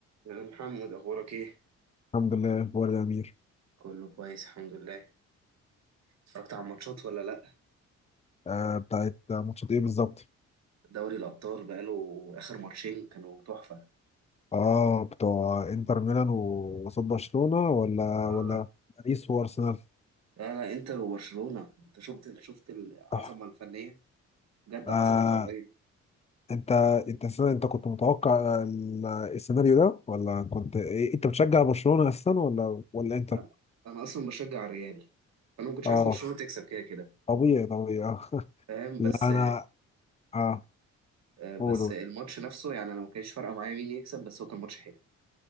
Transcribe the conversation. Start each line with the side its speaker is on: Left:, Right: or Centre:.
Right: يا محمد اخبارك ايه
Left: الحمد لله اخبار الامير
Right: كله كويس الحمد لله اتفرجت على الماتشات ولا لا
Left: آه بتاعت ماتشات ايه بالظبط
Right: دوري الابطال بقاله اخر ماتشين كانوا تحفه
Left: اه بتوع انتر ميلان و- وقصاد برشلونه ولا
Right: اه
Left: ولا باريس وارسنال
Right: لا لا انتر وبرشلونه انت شفت ال- شفت العظمه
Left: آه
Right: الفنيه بجد
Left: آه،
Right: عظمه كرويه
Left: انت انت السنة- انت كنت متوقع ال- السيناريو ده ولا كنت إيه انت بتشجع برشلونه اساسا ولا ولا انتر
Right: آه، انا اصلا بشجع الريال انا ما كنتش
Left: اه
Right: عايز برشلونه تكسب كده كده
Left: طبيعي طبيعي اه <laughs>
Right: فاهم
Left: لا
Right: بس
Left: انا اه
Right: آه، بس
Left: قول
Right: الماتش نفسه يعني انا ما كانش فارقه معايا مين يكسب بس هو كان ماتش حلو